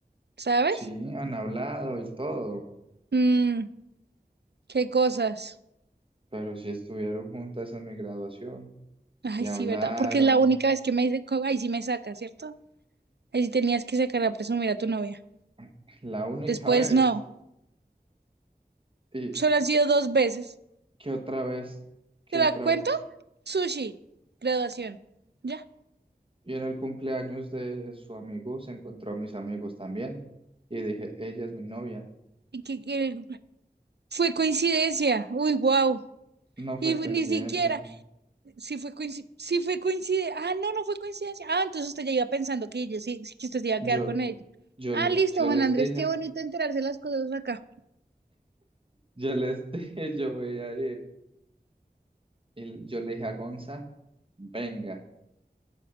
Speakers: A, on the right; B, on the right.
A: ¿sabes?
B: Sí, han hablado y todo,
A: Mm, qué cosas.
B: pero sí estuvieron juntas en mi graduación
A: Ay,
B: y hablaron
A: sí, ¿verdad? Porque es la única vez que me dice, co- ay, sí me saca, ¿cierto? Ahí sí tenías que sacar a presumir a tu novia.
B: <laughs> la única
A: Después
B: vez.
A: no.
B: ¿Y
A: Solo han sido dos veces.
B: qué otra vez? ¿Qué
A: ¿Te la
B: otra
A: cuento?
B: vez?
A: Sushi, graduación. Ya.
B: Y en el cumpleaños de su amigo se encontró a mis amigos también. Y dije, ella es mi novia.
A: Y qué que- fue coincidencia. Uy, wow.
B: No fue
A: Y fu-
B: coincidencia.
A: ni siquiera, si fue coincidencia, si fue coincidencia, ah, no, no fue coincidencia, ah, entonces usted ya iba pensando que yo sí, sí que usted se iba
B: Yo,
A: a quedar con ella.
B: yo,
A: Ah,
B: le-
A: listo,
B: yo
A: Juan
B: les
A: Andrés,
B: dije,
A: qué bonito enterarse las cosas acá.
B: yo les <laughs> dije, yo voy a ir. Y yo le dije a Gonza, venga,